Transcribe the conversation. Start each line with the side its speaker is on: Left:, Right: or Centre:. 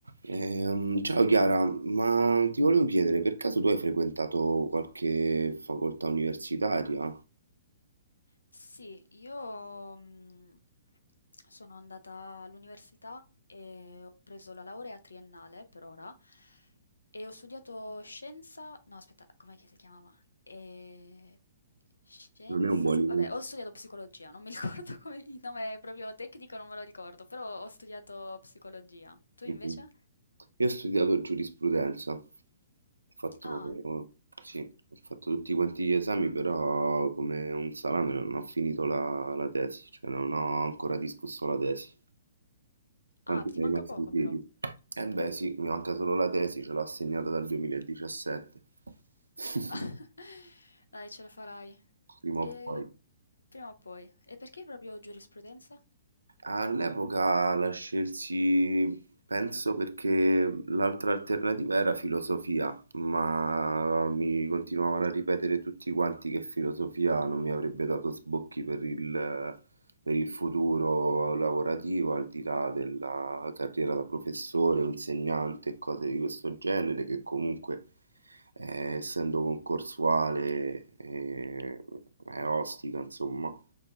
Right: Ehm, ciao Chiara, ma ti volevo chiedere, per caso tu hai frequentato qualche facoltà universitaria?
Left: Sì, io mh, sono andata all'università e ho preso la laurea triennale per ora e ho studiato scienza, no aspetta, com'è che si chiamava? Eh, Scienza,
Right: Non è un buon inizio.
Left: vabbè, ho studiato psicologia, non mi <laughs> ricordo come il nome proprio tecnico, non me lo ricordo, però ho studiato psicologia. Tu
Right: <laughs>
Left: invece?
Right: Io ho studiato giurisprudenza, ho fatto,
Left: Ah,
Right: sì, ho fatto tutti quanti gli esami, però come un salame non ho finito la, la tesi, cioè non ho ancora discusso la tesi. Quanti
Left: ah, ti
Right: ne
Left: manca
Right: hai mai
Left: poco
Right: sentiti?
Left: però.
Right: Eh beh sì, mi manca solo la tesi, ce l'ho assegnata dal 2017, <laughs>
Left: <laughs> Dai, ce la farai.
Right: prima
Left: E
Right: o poi.
Left: prima o poi. E perché proprio giurisprudenza?
Right: All'epoca la scelsi, penso perché l'altra alternativa era filosofia, ma mi continuavano a ripetere tutti quanti che filosofia non mi avrebbe dato sbocchi per il, per il futuro lavorativo, al di là della carriera da professore o insegnante e cose di questo genere, che comunque eh, essendo concorsuale eh, è ostica, insomma.